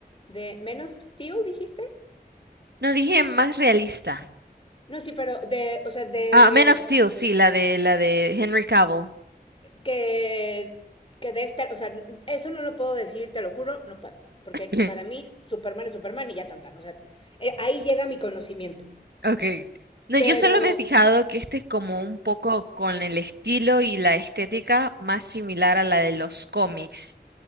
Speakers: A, on the left; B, on the right.
A: de Men of Steel, dijiste.
B: No dije más realista.
A: No, sí, pero de, o sea, de
B: Ah, Man
A: los
B: of Steel, sí, la de la de Henry Cavill.
A: que, que de esta, o sea, eso no lo puedo decir, te lo juro, no puedo. Porque
B: <laughs>
A: para mí Superman es Superman y ya tan tan, o sea, eh, ahí llega mi conocimiento.
B: Okay. No, yo
A: Pero,
B: solo me he fijado que este es como un poco con el estilo y la estética más similar a la de los cómics.